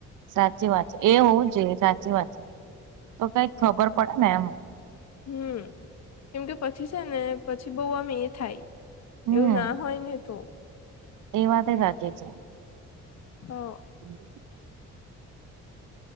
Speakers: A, on the right; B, on the left.
A: સાચી વાત છે એ હોવું જોઈએ સાચી વાત છે તો કઈક ખબર પડે ને એમ.
B: હમ કેમ કે પછી છે ને પછી બહ આમ એ થાય.
A: હમ
B: એવું ના હોય ને તોં.
A: એ વાત સાચી છે.
B: હા.
A: હમ.